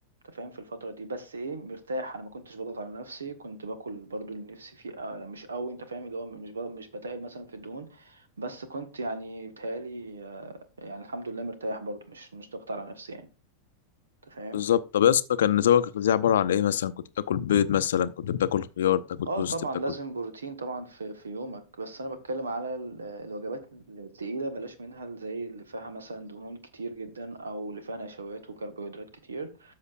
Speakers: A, on the right; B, on the left.
A: انت فاهم في الفتره دي بس ايه مرتاح انا ما كنتش بضغط على نفسي كنت باكل برضو اللي نفسي فيه آه مش قوي انت فاهم اللي هو مش ب- مش بتقل مثلا في الدهون بس كنت يعني بتهيالي آه يعني الحمد لله مرتاح برضو مش مش ضغط على نفسي يعني انت فاهم
B: بالظبط طب يا اسطى كان نظامك الغذائي عبارة عن ايه مثلا كنت بتاكل بيض مثلا كنت بتاكل خيار بتاكل
A: اه
B: توست
A: طبعا
B: بتاكل
A: لازم بروتين طبعا في في يومك بس انا بتكلم على ال- الوجبات التقيله بلاش منها زي اللي فيها مثلا دهون كتير جدا او اللي فيها نشويات وكربوهيدرات كتير